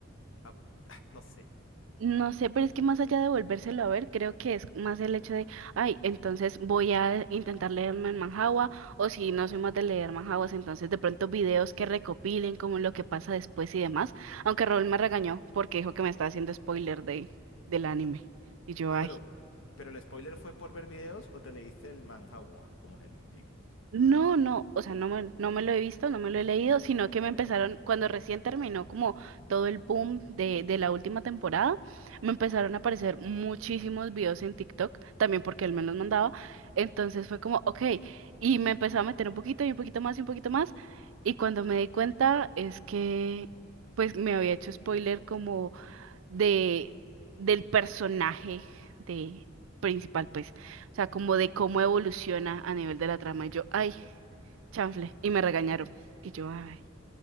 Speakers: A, on the left (about 75°); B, on the right (about 80°).
A: Ah, ah, no sé.
B: No sé, pero es que más allá de volvérselo a ver, creo que es más el hecho de, ay, entonces voy a intentar leerme en Manhwa, o si no soy más de leer manhwas, entonces de pronto videos que recopilen como lo que pasa después y demás, aunque Raúl me regañó porque dijo que me estaba haciendo spoiler de, del anime. Y yo,
A: Ah,
B: ay.
A: pero, pero el spoiler fue por ver videos o te leíste el manhwa, como él diga.
B: No, no, o sea, no me, no me lo he visto, no me lo he leído, sino que me empezaron, cuando recién terminó como todo el boom de, de la última temporada, me empezaron a aparecer muchísimos videos en TikTok, también porque él me los mandaba, entonces fue como, ok, y me empezó a meter un poquito y un poquito más y un poquito más, y cuando me di cuenta es que pues me había hecho spoiler como de del personaje de principal, pues, o sea, como de cómo evoluciona a nivel de la trama. Y yo, ay, chanfle, y me regañaron. Y yo, ay,